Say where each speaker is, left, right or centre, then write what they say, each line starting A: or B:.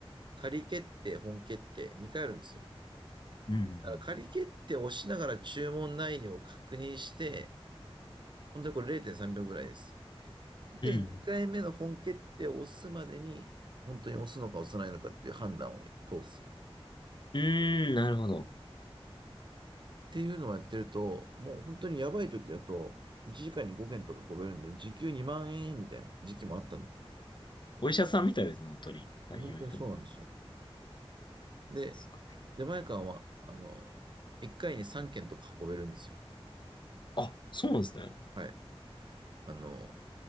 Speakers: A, on the right; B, on the left.
A: 仮決定、本決定、2回あるんですよ。
B: うんうん
A: だから仮決定を押しながら注文内容を確認して、本当にこれ0.3秒ぐらいです。で、
B: うん。うん
A: 2回目の本決定を押すまでに、本当に押すのか押さないのかっていう判断を通す。っ
B: ーん、なるほど。
A: ていうのをやってると、もう本当にやばい時だと、1時間に5件とかこべるんで、時給2万円みたいな時期もあったんです。
B: お医者さんみたいですね、本当に。はい、
A: 本当にそうなんですよ。
B: いろいろ。
A: で、
B: すごい。
A: 出前館は、あの、1回に3件とか運べるんですよ。
B: あ、そうなんですね。
A: はい。あの、